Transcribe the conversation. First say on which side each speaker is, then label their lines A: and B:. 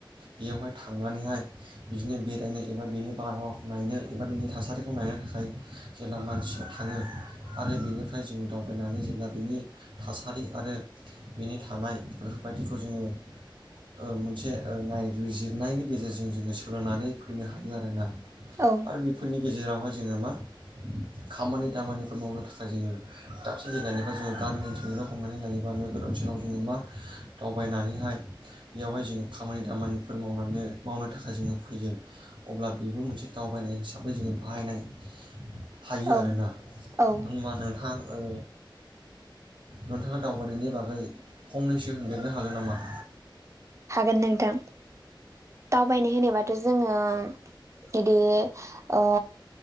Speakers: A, on the right; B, on the right.
A: बेयावहाय थांनानैहाय बिदिनो बेरायनो एबा बिनि बारहावाखौ नायनो एबा बिनि थासारिखौ नायनो थाखाय जेला मानसिफोर थाङो आरो बिनिफ्राय जोङो दावबायनानै जेब्ला बिनि थासारि आरो बिनि थानाय बेफोरबायदिखौ जोङो ओ मोनसे ओ नायबिजिरनायनि गेजेरजों जोङो सोलोंनानै फैनो हायो आरो ना।
B: औ
A: आरो बेफोरनि गेजेरावहाय जोङो मा खामानि दामानिफोर मावनो थाखाय जोङो दाबसे जायगानिफ्राय जोङो गामि ओनसोलनिल' हमनानै लायोबा नोगोर ओनसोलाव जोङो मा दावबायनानैहाय बेयावहाय जोङो खामानि दामानिफोर मावलांनो मावनो थाखाय जोङो फैयो। अब्ला बेबो मोनसे दावबायनाय हिसाबै जोङो बाहायनाय थायो
B: औ
A: आरो ना
B: औ
A: होनबा नोंथां ओ नोंथाङा दावबायनायनि बागै फंनैसो होनदेरनो हागोन नामा?
B: हागोन नोंथां दावबायनाय होनोबा थ' जोङो इदि ओ